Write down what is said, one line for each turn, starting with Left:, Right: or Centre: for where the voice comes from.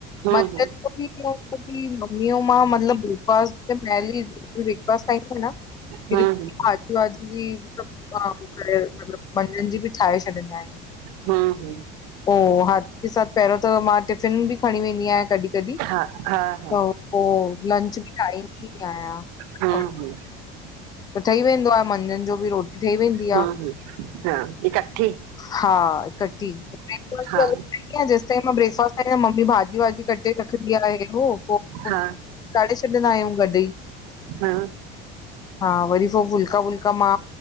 Right: हूं
Left: मंझनि
Right: हूं
Left: जो बि एक्चुअली मम्मी अऊं मां मतिलबु ब्रेकफास्ट ते पहली ब्रेकफास्ट ताई त न। ऐक्चुअली
Right: हूं
Left: भाजी वाजी बि सभु काम करे मतिलबु मंझनि जी बि ठाहे छॾंदा आहिनि।
Right: हू हू
Left: पो हाथ के साथ पेहरो त मां टिफ़िन बि खणी वेंदी आया कॾी। तॾी,
Right: हा हा हा
Left: त पो लंच बि ठाहे ईंदी आहियां।
Right: हा
Left: अ,
Right: हू
Left: त ठही वेंदो आ मंझनि जो बि रो टी ठई वेंदी
Right: हूं
Left: आ,
Right: हूं हा इकट्ठी
Left: हां इकट्ठी। पो ब्रेकफास्ट
Right: हा
Left: बि हले? इंदी आ जेसिताईं मां ब्रेकफास्ट ठाइदी आ, मम्मी भाॼी वाॼी कटे रखंदी आहे हेॾो पो
Right: हा
Left: चाढे छॾंदा आहियूं गॾई।
Right: हा
Left: हा वरी पो फुल्का वुल्का मां